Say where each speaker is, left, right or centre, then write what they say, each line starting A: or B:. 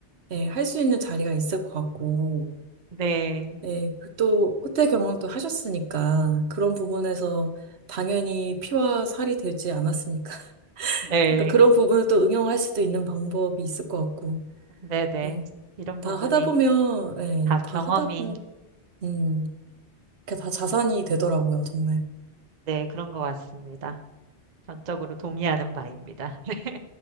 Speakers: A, on the right; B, on the right.
A: 네, 할 수 있는 자리가 있을 것 같고,
B: 네.
A: 네, 그또 호텔 경영도 하셨으니까 그런 부분에서 당연히 피와 살이 되지 않았으니까. <laughs>
B: 네.
A: 그러니까 그런 부분을 또 응용할 수도 있는 방법이 있을 것 같고.
B: 네. 네.
A: 네,
B: 이런
A: 다
B: 부분이
A: 하다 보면, 네,
B: 다
A: 다
B: 경험이
A: 하다 보면, 음, 그게 다 자산이 되더라고요, 정말.
B: 네, 그런 것 같습니다. 전적으로 동의하는 바입니다. <laughs>